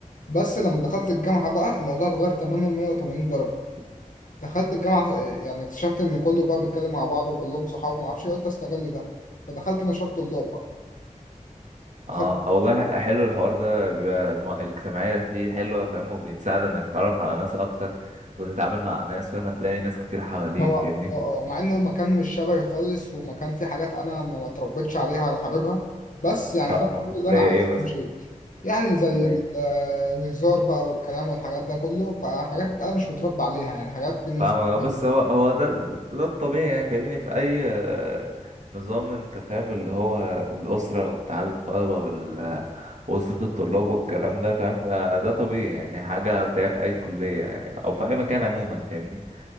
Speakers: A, on the left; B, on the right.
A: بس لما دخلت الجامعة بقى الموضوع اتغير تماما 180 درجة دخلت الجامعة آه، يعني اكتشفت إن كله بقى بيتكلم مع بعض وكلهم صحاب ومعرفش إيه، قلت أستغل ده فدخلت نشاط طلاب بقى
B: اه
A: دخلت
B: آه، والله حلو الحوار ده بيبقى الم- الاجتماعية فيه حلوة فاهم وبيتساعد انك تتعرف على ناس اكتر وتتعامل مع ناس فاهم هتلاقي ناس كتير حواليك
A: هو
B: فاهمني
A: اه اه مع انه مكان مش شبهي خالص ومكان فيه حاجات انا ما ما اتربيتش عليها ولا حاببها بس يعني
B: فاهمك
A: خدت كل اللي
B: زي
A: انا
B: ايه
A: عايزه
B: مثلا
A: ومشيت يعني زي
B: زي
A: ال- آه، الهزار بقى والكلام والحاجات ده كله فحاجات انا مش متربى عليها يعني حاجات بالنسبه
B: فاهم
A: لي
B: بس هو هو ده ده الطبيعي يعني فاهمني في اي آه، نظام انت فاهم اللي هو الاسره واتحاد الطلبه وال- واسره الطلاب والكلام ده فاهم ده ده طبيعي يعني حاجه هتلاقيها في اي كليه يعني او في اي مكان عموما فاهمني